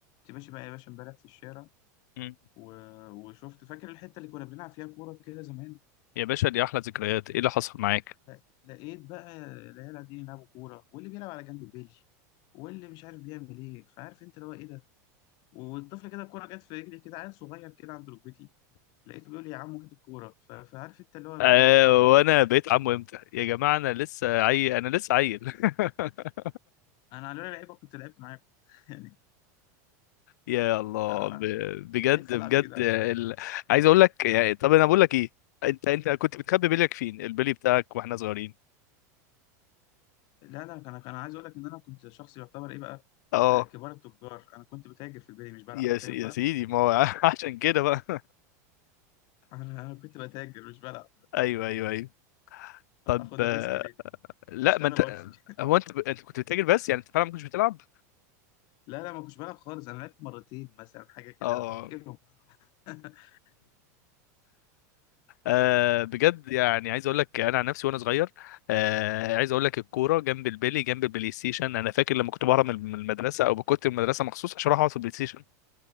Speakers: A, on the left; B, on the left.
A: كنت ماشي بقى يا باشا امبارح في الشارع
B: مم.
A: و... وشفت فاكر الحته اللي كنا بنلعب فيها كوره كده زمان
B: يا باشا دي احلى ذكريات ايه اللي حصل معاك
A: لا... لقيت بقى العيال قاعدين يلعبوا كوره واللي بيلعب على جنب بيلي واللي مش عارف بيعمل ايه فعارف انت اللي هو ايه ده والطفل كده الكوره جت في رجلي كده عيل صغير كده عند ركبتي لقيته بيقول لي يا عمو هات الكوره ف... فعارف انت اللي هو
B: آه
A: بقى انا بقيت عمو
B: وانا بقيت عمو امتى يا جماعه انا لسه عيل انا لسه عيل <laughs>
A: انا على لعيبه كنت لعبت معاكم <laughs> يعني
B: يا الله
A: انا
B: ب... بجد
A: عايز العب
B: بجد
A: يا جدعان
B: ال...
A: معاكم
B: عايز اقول لك يعني طب انا بقول لك ايه انت انت كنت بتخبي بليك فين البلي بتاعك واحنا صغيرين
A: لا لا انا كان عايز اقول لك ان انا كنت شخص يعتبر ايه بقى
B: اه
A: آه، كبار التجار انا كنت بتاجر في البيت مش بلعب
B: يا
A: فاهم
B: س... يا
A: بقى
B: سيدي ما هو <laughs> عشان كده بقى
A: انا انا كنت بتاجر مش بلعب
B: ايوه ايوه ايوه طب
A: آخ- اخد
B: آه،
A: الريسك ليه
B: لا
A: ما اشتغل
B: ما انت
A: واكسب <laughs>
B: هو انت ب... انت كنت بتتاجر بس يعني انت فعلا ما كنتش بتلعب
A: لا لا ما كنتش بلعب خالص انا لعبت مرتين مثلا حاجه كده
B: اه
A: انا فاكرهم <laughs>
B: آه بجد يعني عايز اقول لك انا عن نفسي وانا صغير آه عايز اقول لك الكوره جنب البلي جنب البلاي ستيشن انا فاكر لما كنت بهرب من من المدرسه او كنت من المدرسه مخصوص عشان اروح اقعد في البلاي ستيشن